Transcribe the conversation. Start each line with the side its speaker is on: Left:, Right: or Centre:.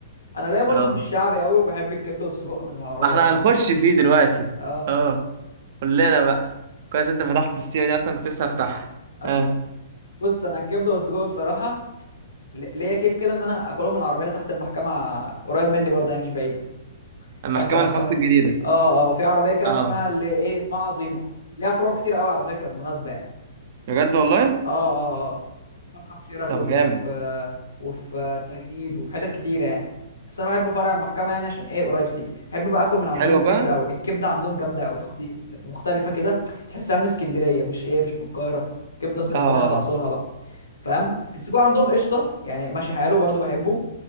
Left: انا ليا برضو
Right: اه
Left: في الشعبي قوي وبحب الكبده والسجق من العربيات
Right: ما احنا هنخش
Left: مثلا
Right: فيه دلوقتي
Left: اه
Right: اه قول لنا بقى كويس انت فتحت السيرة دي اصلا كنت لسه هفتحها
Left: آه.
Right: اه
Left: بص انا الكبده والسجق بصراحه ل- ليا كيف كده ان انا اكلهم من العربيه اللي تحت المحكمه قريب مني برضه هي مش بعيده
Right: المحكمة
Left: تحت محكمه
Right: اللي في مصر الجديدة
Left: اه اه في عربيه كده
Right: اه
Left: اسمها اللي ايه اسمها عظيمه ليها فروع كتير قوي على فكره بالمناسبه يعني
Right: بجد والله
Left: اه اه اه فاتحه في شيراتون
Right: طب
Left: وفي
Right: جامد
Left: آه، وفي آه، التجنيد وفي حتت كتيره يعني بس انا بحب فرع المحكمه يعني عشان ايه قريب سيك بحب بقى اكل من عندهم
Right: حلوة
Left: الكبده
Right: بقى
Left: قوي الكبده عندهم جامده قوي خطيره بجد مختلفه كده تحسها من اسكندريه مش ايه مش من القاهره كبده اسكندراني
Right: اه
Left: على اصولها بقى فاهم السجق عندهم قشطه يعني ماشي حاله برضو بحبه